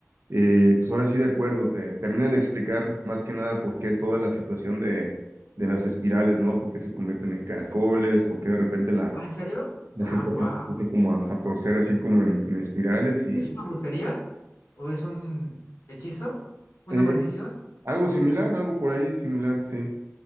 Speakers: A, on the right (about 60°); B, on the left (about 80°).
A: eh, pues ahora sí de acuerdo, te terminan de explicar más que nada por qué toda la situación de, de las espirales, ¿no? Por qué se convierten en caracoles, por qué de repente la,
B: Ah, ¿en serio?
A: la
B: Ah,
A: gente
B: wow.
A: se empieza como a, a torcer así como en, en espirales y...
B: ¿Es una brujería? ¿O es un hechizo? ¿Una
A: Ujú.
B: maldición?
A: Algo similar, algo por ahí similar, sí.